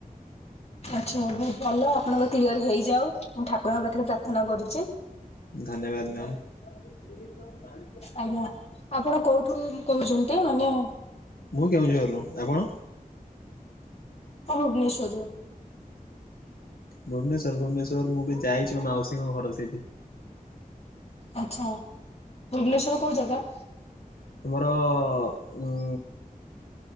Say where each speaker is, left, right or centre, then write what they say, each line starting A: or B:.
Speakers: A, on the left (about 45°); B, on the left (about 85°).
A: ଆଛା ବହୁତ ଭଲ ଆପଣଙ୍କ କ୍ଲିଅର ହେଇଯାଉ। ମୁଁ ଠାକୁରଙ୍କ ପାଖରେ ପ୍ରାର୍ଥନା କରୁଚି
B: ଧନ୍ୟବାଦ ମ୍ୟାମ।
A: ଆଜ୍ଞା ଆପଣ କୋଉଠୁ କହୁଛନ୍ତି ମାନେ
B: ମୁଁ କେଉଁଝରରୁ ଆପଣ?
A: ମୁଁ ଭୁବନେଶ୍ୱର ରୁ।
B: ଭୁବନେଶ୍ୱର ଭୁବନେଶ୍ୱର ମୁଁ ବି ଯାଇଛି ମୋ ମାଉସୀଙ୍କ ଘର ସେଇଠି।
A: ଆଚ୍ଛା ଭୁବନେଶ୍ୱର ର କୋଉ ଜାଗା?
B: ତୁମର ଉଁ